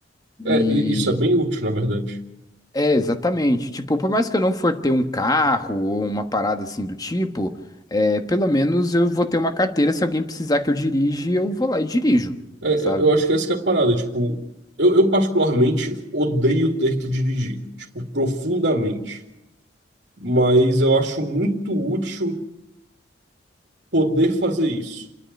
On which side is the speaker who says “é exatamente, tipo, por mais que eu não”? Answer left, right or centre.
Left